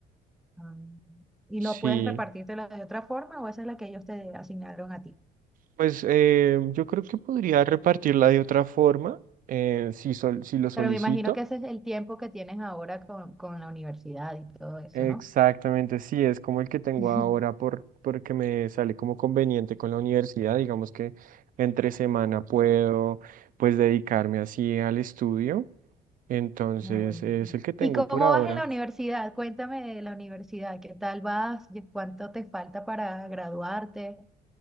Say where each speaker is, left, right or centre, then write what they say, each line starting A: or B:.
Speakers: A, in the centre; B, on the right (about 55°).
A: Ah, ¿Y
B: Sí,
A: lo puedes repartírtelo de otra forma o esa es la que ellos te asignaron a ti?
B: pues eh, yo creo que podría repartirla de otra forma, eh, si, sol- si lo solicito.
A: Pero me imagino que ese es el tiempo que tienes ahora con, con la universidad y todo eso,
B: Exactamente,
A: ¿no?
B: sí, es como el que tengo
A: <laughs>
B: ahora por, porque me sale como conveniente con la universidad, digamos que entre semana puedo pues dedicarme así al estudio, entonces
A: Ah, buenísimo.
B: es el que tengo
A: ¿Y cómo
B: por ahora.
A: vas en la universidad? Cuéntame de la universidad, ¿qué tal vas? ¿Y ¿Cuánto te falta para graduarte?